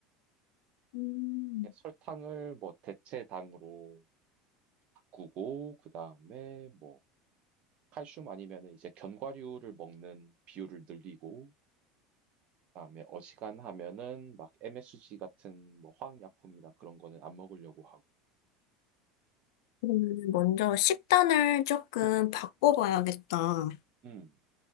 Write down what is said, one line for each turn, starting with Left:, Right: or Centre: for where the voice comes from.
Left: 음.
Right: 설탕을 뭐 대체당으로 바꾸고 그다음에 뭐 칼슘 아니면은 이제 견과류를 먹는 비율을 늘리고 그다음에 어지간하면은 막 MSG 같은 뭐 화학약품이나 그런 거는 안 먹으려고 하고
Left: 그러면 먼저 식단을 조금
Right: 음,
Left: 바꿔봐야겠다.
Right: 음.